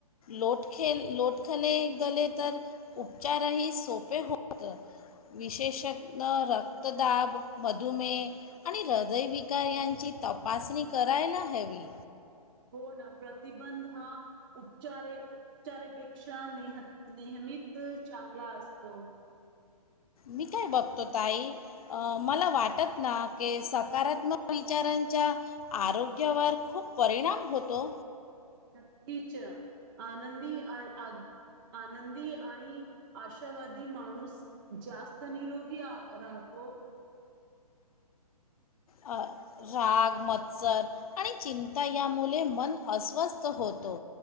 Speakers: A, on the left; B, on the right.
A: लोटखेल लोटखले गले तर उपचारही सोपे होत. विशेषत रक्तदाब, मधुमेह आणि हृदयविक <unintelligible> तपासणी करायला हवी
B: हो ना प्रतिबंध हा उपचारे उपचारेपेक्षा नेह नेहमीत चांगला असतो.
A: मी काय बघतो ताई मला वाटत ना की सकारात्मक विचारांच्या आरोग्यावर खूप परिणाम होतो
B: नक्कीच आनंदी आणि आ आनंदी आणि आशावादी माणूस जास्त निरोगी राहतो
A: राग मत्सर आणि चिंता यामुळे मन अस्वस्थ होतो